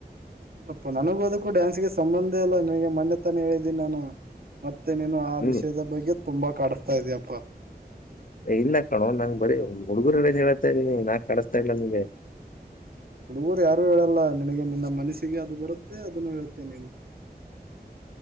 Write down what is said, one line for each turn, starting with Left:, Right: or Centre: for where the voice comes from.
Right: ಅಪ್ಪ ನನಗೂ ಅದಕ್ಕೂ ಡ್ಯಾನ್ಸ್ಗೆ ಸಂಬಂಧ ಅಲ್ಲ ನಿನಗೆ ಮೊೆ ತಾನ ಹೇಳಿದ್ದೀನಿ ನಾನು ಮತ್ತೆ ನೀನು ಆ
Left: ಹ್ಮ್
Right: ವಿಷಯದ ಬಗ್ಗೆ ತುಂಬಾ ತಪ್ ಕಡಸ್ತಾ ಇದ್ಯಯಾಪ್ಪ
Left: ಏ, ಇಲ್ಲ ಕಣೋ ನಂಗ್ ಬರೀ ಹುಡುಗರ ಹೇಳ್ತಾ ಇದೀನಿ ನಾ ಕಾಣಿಸ್ತಾ ಇಲ್ಲ ನಿಂಗೆ
Right: ಹುಡುಗರು ಯಾರು ಹೇಳಲ್ಲ ನಿನಗೆ ನಿನ್ನ ಮನಸ್ಸಿಗೆ ಅದು ಬರುತ್ತೆ ಅದನ್ನು ಹೇಳ್ತಿ ನೀನು